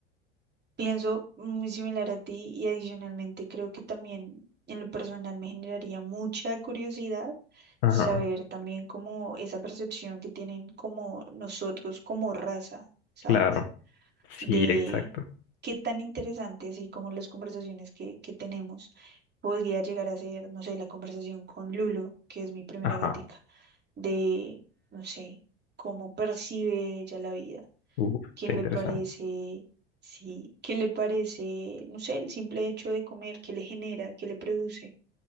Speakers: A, on the right; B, on the left.
A: Pienso muy similar a ti y adicionalmente creo que también en lo personal me generaría mucha curiosidad
B: ajá,
A: saber también cómo esa percepción que tienen como nosotros como raza, ¿sabes?
B: claro, sí,
A: De
B: exacto,
A: qué tan interesantes y como las conversaciones que, que tenemos podría llegar a ser, no sé, la conversación con Lulo, que es mi primera
B: ajá,
A: gatica, de, no sé, cómo percibe ella la vida
B: uf,
A: ¿Qué
B: está
A: le
B: interesante.
A: parece? Sí, ¿qué le parece? No sé, el simple hecho de comer, ¿qué le genera? ¿Qué le produce?